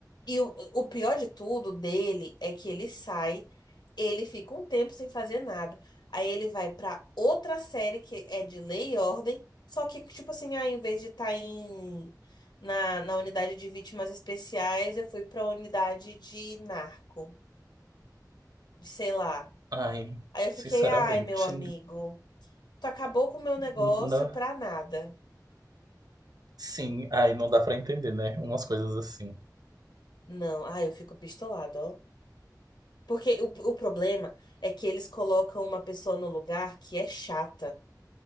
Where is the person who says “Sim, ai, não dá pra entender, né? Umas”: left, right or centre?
Right